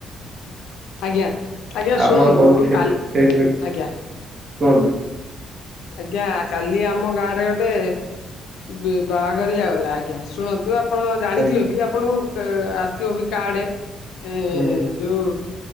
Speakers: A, on the left; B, on the right.
A: ଆଜ୍ଞା। ଆଜ୍ଞା
B: ଆପଣ
A: ଶୁଣନ୍ତୁ
B: କହୁଛି
A: କାଲି
B: ସେଇ
A: ଆଜ୍ଞା।
B: କୁହନ୍ତୁ
A: ଆଜ୍ଞା କାଲି ଆମ ଗାଁରେ ଗୋଟେ ବେ ବାହାଘରିଆ ଗଲା ଆଜ୍ଞା ଶୁଣନ୍ତୁ ଆ ଆପଣ ଜାଣିଥିବେ
B: ଆଜ୍ଞା
A: ବି ଆପଣଙ୍କୁ ଆସିଥିବ ବି କାର୍ଡ଼ ଏ
B: ହୁଁ
A: ଯୋଉ